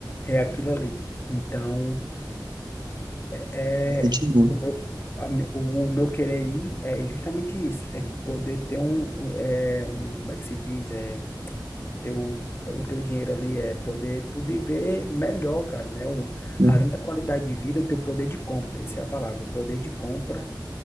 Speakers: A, on the left (about 30°); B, on the right (about 65°).
A: é aquilo ali. Então, é,
B: é muito bom.
A: o meu, a me- o meu querer ir é justamente isso, é poder ter um, é, um, como é que se diz? É, teu, o teu dinheiro ali é poder tu viver melhor, cara, né? O,
B: Sim,
A: além da qualidade de vida, o teu poder de compra, essa é a palavra, o poder de compra